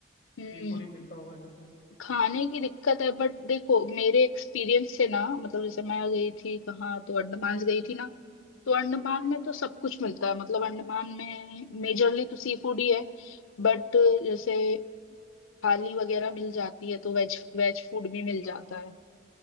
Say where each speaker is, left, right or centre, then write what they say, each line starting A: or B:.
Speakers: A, on the left; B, on the left.
A: हम्म
B: सी फूड ही मिलता होगा ज़्यादा
A: खाने की दिक्कत है बट देखो मेरे एक्सपीरियंस से ना मतलब जैसे मैं गई थी कहाँ तो अंडमान गई थी ना तो अंडमान में तो सब कुछ मिलता है मतलब अंडमान में मेजरली तो सी फूड ही है बट जैसे थाली वगैरह मिल जाती है तो वेज वेज फूड भी मिल
B: अच्छा
A: जाता है